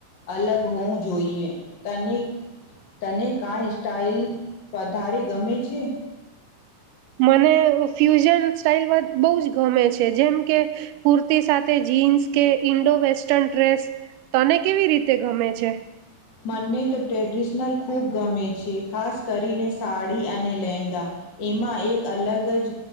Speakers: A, on the left; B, on the right.
A: અલગ હોવું જોઈએ તને તને કાઈ સ્ટાઈલ વધારે ગમે છે.
B: મને ફ્યુઝન સ્ટાઈલ બહુ જ ગમે છે જેમ કે કુર્તી સાથે જીન્સ કે ઈન્ડો વેસ્ટર્ન ડ્રેસ તને કેવી રીતે ગમે છે.
A: મને તો ટ્રેડિશનલ ખૂબ ગમે છે ખાસ કરીને સાડી અને લહેંગા એમાં એક અલગ જ